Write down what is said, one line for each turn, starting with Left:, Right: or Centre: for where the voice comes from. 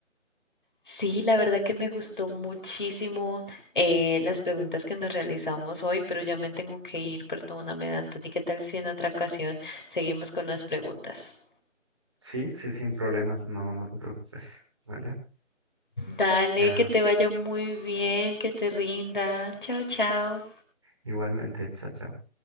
Left: Sí, la verdad que me gustó muchísimo eh, las preguntas que nos realizamos hoy, pero ya me tengo que ir, perdóname, Anthony, ¿qué tal si en otra ocasión seguimos con las preguntas?
Right: Sí, sí, sin problemas. No, no te preocupes. ¿Vale?
Left: Dale,
Right: Ya,
Left: que te vaya muy bien, que te rinda. Chao, chao.
Right: igualmente, chao, chao.